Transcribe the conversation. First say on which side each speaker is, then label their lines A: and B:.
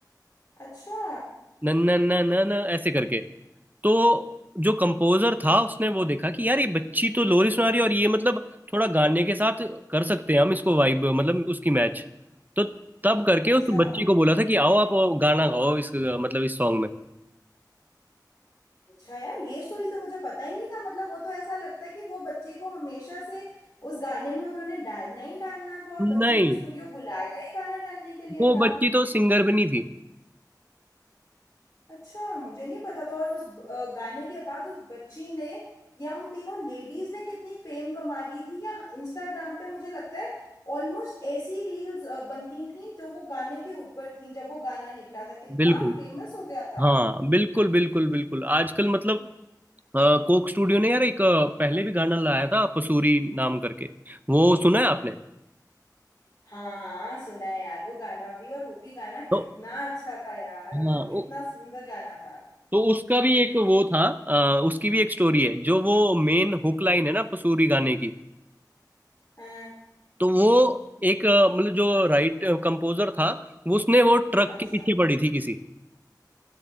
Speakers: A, on the left; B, on the right.
A: अच्छा
B: नन्ना नन्ना न ऐसे करके तो जो कंपोजर था उसने वो देखा कि यार ये बच्ची तो लोरी सुना रही है और ये मतलब थोड़ा गाने के साथ कर सकते हैं हम इसको वाइब मतलब उसकी मैच तो तब करके
A: अच्छा
B: उस बच्ची को बोला था कि आओ आप गाना गाओ इस मतलब इस सॉन्ग में
A: अच्छा यार ये स्टोरी तो मुझे पता ही नहीं था मतलब वो तो ऐसा लगता है कि वो बच्ची को हमेशा से उस गाने में उन्होंने डालना ही डालना था और बच्ची
B: नहीं
A: को स्टूडियो बुलाया ही गाना डालने के लिए
B: वो
A: था
B: बच्ची तो सिंगर भी नहीं थी
A: अच्छा मुझे नहीं पता था और उस अ, गाने के बाद उस बच्ची ने या उन तीनों लेडीज ने कितनी फेम कमा ली थी या इंस्टाग्राम पे मुझे लगता है ऑलमोस्ट ऐसी रील्स बनती थी जो वो गाने के ऊपर थी जब वो गाना निकला था कितना
B: बिल्कुल
A: फेमस हो गया था
B: हाँ बिल्कुल बिल्कुल बिल्कुल आजकल मतलब अ, कोक स्टूडियो ने यार एक अ, पहले भी गाना लाया था पसूरी नाम करके वो सुना है आपने
A: हाँ हाँ सुना है यार वो गाना भी और वो भी गाना
B: तो
A: कितना अच्छा था यार मतलब
B: हाँ
A: कितना सुंदर गाना था
B: तो उसका भी एक वो था अ, उसकी भी एक स्टोरी है जो वो मेन हुक लाइन है ना पसूरी गाने की
A: हाँ
B: तो वो एक अ, मतलब जो राइट कंपोजर था वो उसने वो ट्रक
A: अच्छा
B: के पीछे पड़ी थी किसी